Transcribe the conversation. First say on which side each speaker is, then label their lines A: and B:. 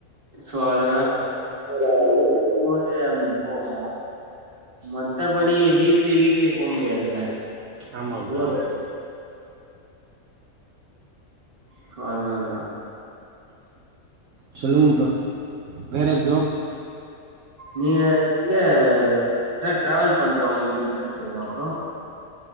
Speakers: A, on the right (about 40°); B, on the right (about 70°).
A: சோ அதுனால <unintelligible> போவோ மத்தபடி வீக்லி வீக்லி போக முடியாதுல்ல
B: ஆமா ப்ரோ
A: ஒரு
B: ஆமா ப்ரோ
A: சோ அதனால தா
B: சொல்லுங்க ப்ரோ வேற ப்ரோ
A: நீங்க இங்க ட்ராவல் பண்றவங்களுக்கு இன்ட்ரெஸ்ட் இருக்கா ப்ரோ